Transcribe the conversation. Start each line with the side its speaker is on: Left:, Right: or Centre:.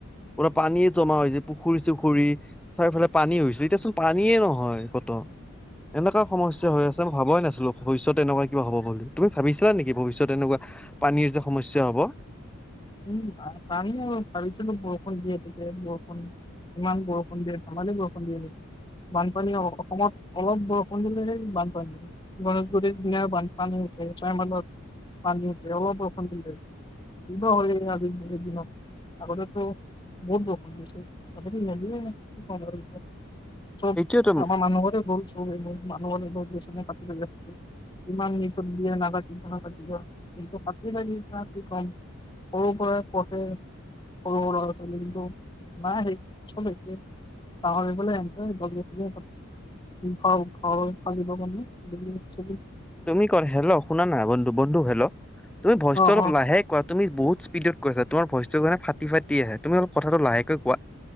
Centre: পুৰা পানীয়ে জমা হৈ যায়। পুখুৰী-চুখুৰী, চাৰিওফালে পানী হৈছিল। এতিয়াচোন পানীয়ে নহয় ক'তো। এনেকুৱা সমস্যা হৈ আছে। মই ভবাই নাছিলোঁ ভৱিষ্যত এনেকুৱা কিবা হ'ব বুলি তুমি ভাবিছিলা নেকি? ভৱিষ্যত এনেকুৱা পানীৰ যে সমস্যা হ'ব
Left: উম, পানী আৰু ভাবিছিলোঁ। বৰষুণ দিয়ে, তেতিয়া বৰষুণ, ইমান বৰষুণ দিয়ে। ধেমালি বৰষুণ দিয়ে নেকি? বানপানী অসমত অলপ বৰষুণ দিলেই। সেই বানপানী গণেশগুৰিৰ পিনেও বানপানী উঠে, ছয়মাইলত পানী উঠে অলপ বৰষুণ দিলেই কিবা হ'ল এই আজিৰ দিনত। আগতেতো বহুত বৰষুণ দিছিল, আজিকালি নিদিয়ে। কি ক'ম আৰু এতিয়া চব
Centre: এইটোয়েতো
Left: আমাৰ মানুহৰে ভুল। মানুহৰ নিজৰ গছ-গছনি কাটি থৈ দিয়ে। কিমান নিউজত দিয়ে, নাকাটিবা, নাকাটিবা, কিন্তু কাটি থৈ দিয়ে। কি ক'ম সৰু পৰাই পঢ়ে সৰু, সৰু ল'ৰা-ছোৱালী, কিন্তু নাই। সেই চব একেই। ডাঙৰ হৈ গ'লে সিহঁতেও গছ-গছনি কাটে। দীঘল ঘৰ সাজিব কাৰণে, বিল্ডিংছ
Centre: তুমি কল, হেল্ল', শুনা না। বন্ধু, বন্ধু, হেল্ল'। তুমি ভইচটো
Left: অ',
Centre: অলপ
Left: অ',
Centre: লাহে কোৱা। তুমি বহুত স্পীডত কৈ আছা তোমাৰ ভইচটো মানে ফাটি, ফাটি আহে তুমি অলপ কথাটো লাহেকে কোৱা।